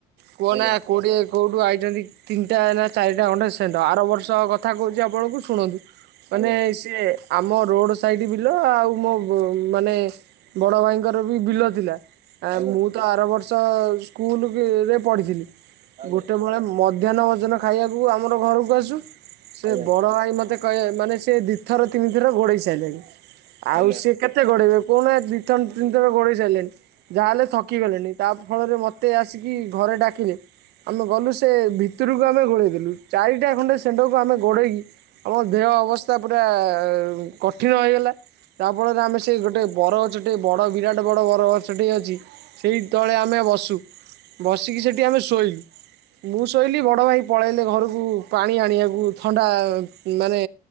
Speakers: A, on the right; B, on the right.
A: କୁହନା
B: ଆଜ୍ଞା
A: କୋଉଠି କେଉଁଠୁ ଆଇଛନ୍ତି ତିନିଟା ନା ଚାରିଟା ଖଣ୍ଣ୍ଡେ ସେଣ୍ଟ ଆର ବର୍ଷ କଥା କହୁଛି ଆପଣଙ୍କୁ ଶୁଣନ୍ତୁ ମାନେ
B: ଆଜ୍ଞା
A: ସିଏ ଆମ ରୋଡ ସାଇଡ ବିଲ ଆଉ ମୋ ମାନେ ବଡ ଭାଇଙ୍କ ମର ବି ବିଲ ଥିଲା
B: ଆଜ୍ଞା
A: ମୁଁ ତ ଆର ବର୍ଷ ସ୍କୁଲରେ ପଢ଼ିଥିଲି
B: ଆଜ୍ଞା
A: ଗୋଟେ ବେଳେ ମଧ୍ୟାହ୍ନ ଭୋଜନ ଖାଇବାକୁ ଆମର ଘରକୁ ଆସୁ ସେ
B: ଆଜ୍ଞା
A: ବଡ଼ ଭାଇ ମୋତେ। କହ ମାନେ ସେ ଦିଥର ତିନିଥର ଗୋଡେଇ ସାରିଲେଣି ଆଉ
B: ଆଜ୍ଞା
A: ସିଏ କେତେ। କେତେ ଗୋଡ଼େଇବେ କହୁନା ଦି ଥର ତିନି ଗୋଡେଇ ସାରିଲେଣି ଯାହା ହେଲେ ଥକି ଗଲେଣି ତା ଫଳରେ ମୋତେ ଆସିକି ଘରେ ଡାକିଲେ। ଆମେ ଗଲୁ ସେ ଭିତରକୁ ଆମେ ଗୋଡ଼େଇ ଦେଲୁ ଚାରି ଟା ଖଣ୍ଡେ ସେଣ୍ଡ କୁ ଆମେ ଗୋଡ଼େଇକି ଆମ ଦେହ ଅବସ୍ଥା ପୁରା କଠିନ ହୋଇଗଲା। ତା ଫଳରେ ଆମେ ସେଇ ଗୋଟେ ବରଗଛ ଟେ ବଡ଼ ବିରାଟ ବଡ଼ ବର ଗଛ ଟି ଅଛି ସେଇ ତଳେ ଆମେ ବସୁ। ବସିକି ସେଠି ଆମେ ଶୋଇଲୁ। ମୁଁ ଶୋଇଲି ବଡ଼ ଭାଇ ପଳେଇ ଲେ ଘରକୁ ପାଣି ଆଣିବାକୁ ଥଣ୍ଡା ମାନେ